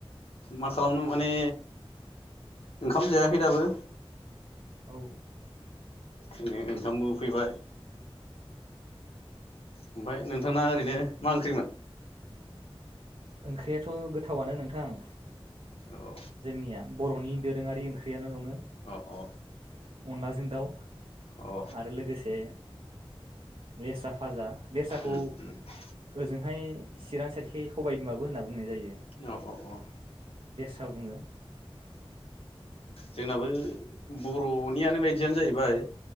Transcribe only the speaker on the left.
मा खालामनो माने ओंखाम जायाखै दाबो।
<unintelligible> ओंखामबो उखैबाय। ओमफाय नों नोंथांआ ओरैनो मा ओंख्रिमोन
औ
अ अ
अ
उम उम
औ अ अ
जोंनाबो बर'नियानो बायदियानो जाहैबाय